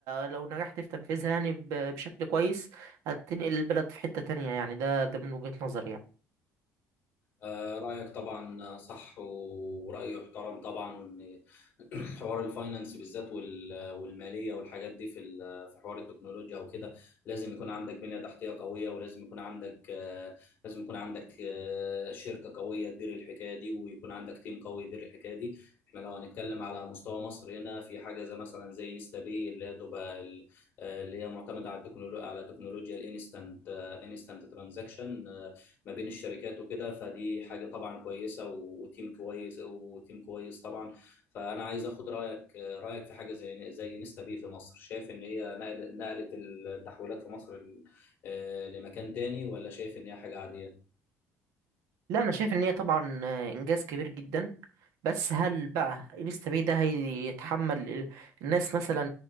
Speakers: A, on the right; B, on the left.
A: لو نجحت في تنفيذها يعني ب- بشكل كويس هتنقل البلد في حته تانية يعني ده ده من وجهه نظري يعني
B: آه رأيك طبعا صح ورأيي احترم طبعا <clears throat> حوار الفاينانس بالذات وال- والماليه والحاجات دي في ال- في حوار التكنولوجيا وكده لازم يكون عندك بنيه تحتيه قويه ولازم يكون عندك آه، لازم يكون عندك آه، شركه قويه تدير الحكايه دي ويكون عندك تيم قوي يدير الحكايه دي احنا لو هنتكلم على مستوى مصر هنا في حاجه زي مثلا زي انستا باي اللي هي تبقى ال- آه، اللي هي معتمده على التكنولوجيا على تكنولوجيا الانستنت انستنت ترانزاكشن آه، ما بين الشركات وكده فدي حاجه طبعا كويسه و- وتيم كويس وتيم كويس طبعا فانا عايز اخد رايك رايك في حاجه زي زي نستا بي في مصر شايف ان هي نقل- نقلت التحويلات في مصر ل- آه، لمكان تاني ولا شايف ان هي حاجه عاديه
A: لا انا شايف ان هي طبعا آه، انجاز كبير جدا بس هل بقى انستا باي ده هيتحمل ال- الناس مثلا